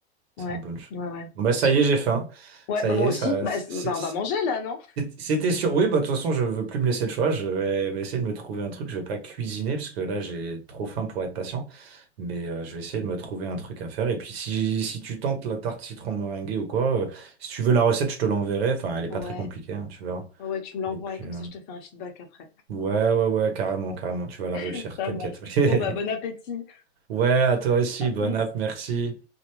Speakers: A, on the left; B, on the right.
A: Ouais,
B: C'est une bonne chose.
A: ouais, ouais,
B: Bon bah
A: c'est
B: ça
A: sûr.
B: y est, j'ai faim.
A: Ouais,
B: Ça
A: bah
B: y
A: moi
B: est,
A: aussi,
B: ça,
A: bah,
B: c'est-
A: c'est- bah, on va manger là, non?
B: C'était sûr. Oui, bah, de toute façon, je veux plus me laisser le choix. Je vais essayer de me trouver un truc. Je vais pas cuisiner parce que là, j'ai trop faim pour être patient. Mais euh, je vais essayer de me trouver un truc à faire. Et puis, si, si tu tentes la tarte citron meringuée ou quoi, euh, si tu veux la recette, je te l'enverrai. Enfin, elle est
A: Ouais,
B: pas très compliquée, hein, tu verras.
A: ouais, tu me l'envoies
B: Et puis,
A: et comme
B: euh,
A: ça, je te fais un feedback après.
B: ouais, ouais, ouais, carrément, carrément. Tu vas la réussir,
A: <laughs> Ça
B: t'inquiète.
A: marche. Bon, bah bon appétit.
B: <laughs> Ouais, à toi aussi.
A: À
B: Bonne
A: plus.
B: app, merci.